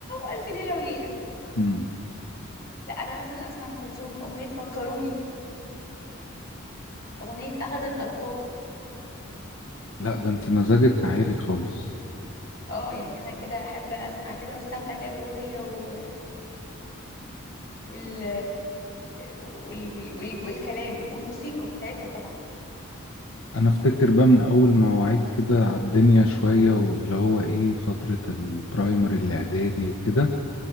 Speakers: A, on the left (about 45°); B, on the left (about 75°).
A: والف ليله وليله
B: امم
A: لا انا مثلا اسمع ام كلثوم اغنيه فكروني اغنيه غدا القاك
B: لا ده انت مزاجك عالي خالص
A: اه يعني انا كده احب اسمع كده واستمتع كده بالاغنيه و... وال... وال... وال... وال... والكلام والموسيقى بتاعتها طبعا
B: انا افتكر بقى من اول ما وعيت كده على الدنيا شوية واللي هو ايه فترة البرايمري الاعدادي وكده